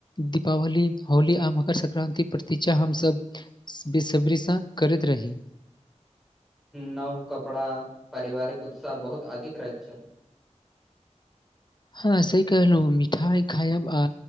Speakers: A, on the left; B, in the centre.
A: दीपावली होली आ मकर संक्रान्ति प्रति्षा हम सभ बेसब्रीसँ करैत रही।
B: नव कपड़ा, पारिवारिक उत्साह बहुत अधिक रहैत छै
A: हँ सही कहलहुँ, मिठाइ खायब आ